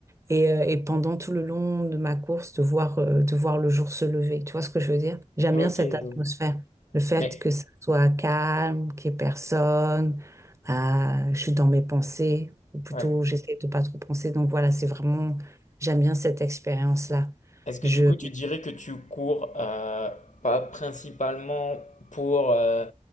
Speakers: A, on the right; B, on the left.
A: Et, euh, et pendant tout le long de ma course, de voir, euh, de voir le jour se lever. Tu vois ce que je veux dire? J'aime
B: Ok,
A: bien cette atmosphère.
B: je vois.
A: Le fait
B: Mais
A: que ça soit calme, qu'il n'y ait personne, euh, je suis dans mes pensées, ou plutôt
B: ouais.
A: j'essaie de pas trop penser. Donc voilà, c'est vraiment, j'aime bien cette expérience-là.
B: Est-ce que
A: Je
B: du coup tu dirais que tu cours euh, pas principalement pour euh,